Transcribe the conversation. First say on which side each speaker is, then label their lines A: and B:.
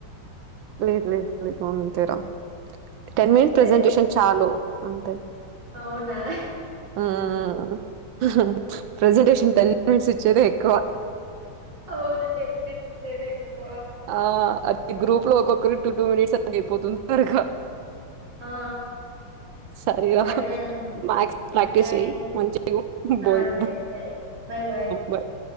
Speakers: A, on the right; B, on the right.
A: లేదు లేదు లేదు గమ్ ఇంతేరా టెన్ మినిట్స్ ప్రెసెంటేషన్
B: ఏ,
A: చాలు. అంతే
B: అవునా
A: ఉమ్ ఊ ప్రజెంటేషన్. టెన్ మినిట్స్ ఇచ్చేదే ఎక్కువ.
B: అవును టెన్ మినిట్స్ ఇచ్చేదే ఎక్కువ.
A: ఆహ్ అది గ్రూప్ లో ఒక్కొక్కరి టూ టూ మినిట్స్ అది అయిపోతుంది త్వరగా
B: ఆ
A: సరేరా
B: సరే
A: మ్యక్స్ ప్రాక్టీస్
B: బాయ్
A: చెయి మంచిగా బాయ్
B: ఆ సరే సరే బాయ్
A: బాయ్.